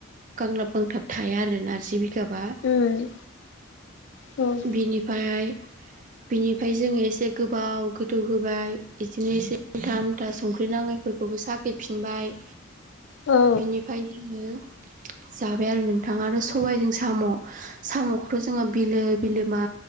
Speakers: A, on the right; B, on the left.
A: गांलाब गांथाब थाया आरो नारजि बिगाबा
B: उम औ।
A: बिनिफाय बिनिफ्राय जोङो एसे गोबाव गोदौ होबाय बिदिनो एसे आमथा आमथा संख्रि नाङै फोरखौबो साखैफिनबाय।
B: औ
A: बिनिफ्राय जोङो जाबाय आरो नोंथा आरो सबायजों साम' साम'खौथ' जोङो बिलो बिलोमा